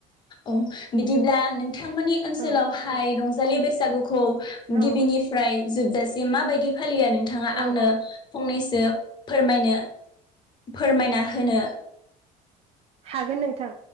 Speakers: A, on the left (about 30°); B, on the right (about 40°).
A: अ बिदिब्ला नों बिथांमोननि ओनसोलावहाय
B: औ
A: रंज जालि बैसागुखौ
B: औ
A: गिबिनिफ्राय जोब जासे माबायदि फालियो नोंथाङा
B: औ
A: आंनो
B: औ
A: फंनैसो से फोरमायनो फोरमायना होनो
B: हागोन नोंथां